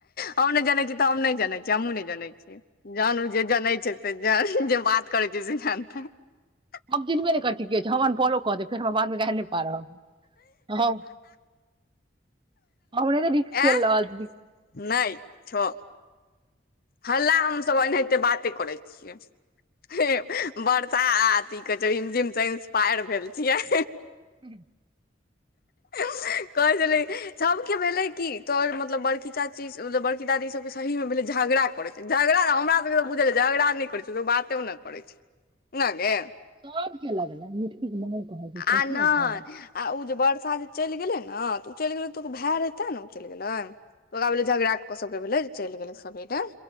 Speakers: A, on the left; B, on the right.
A: हम नहि जनै छी तऽ हम नहि जैँ छ हमूँ ने जानै छियै जानु जे जनै छै से ज जे बात करै छै से जानतै हह -
B: हम चिन्हबे नहि करै छियै के छै हमअनॉफालो क दे फेर हमरा बादमे गाइर नहि पारब हाँ ओने तऽ रिक्स
A: ए
B: खेल रहल छी
A: नहि छौ हल्ला हमसभ एनाहिते बाते करै छियै हे वर्षाथी कहै छै रिमझिम से इंसपायर भेल छियै
B: <unintelligible>
A: ह ऐं कहै छलै सबके भेलै कि तोहर मतलब बड़की चाची बड़की दादी सब सही मे भेल झगड़ा करै छै झगड़ा हमरा सब बझ झगड़ा नहि करै बातो नहि कर छै नागे
B: सबके लगलै मिटकी के माँग कहै छै
A: आ
B: कथी
A: नहि
B: लए कहै
A: उ जे वर्षा जे चलि गेलै ने तऽ उ चलि गेलै तऽ ओ भाय हेते ने उ चलि गेलै त ओकरा भेले झगड़ा कऽ सबके भेल चलि गेलै सबेरे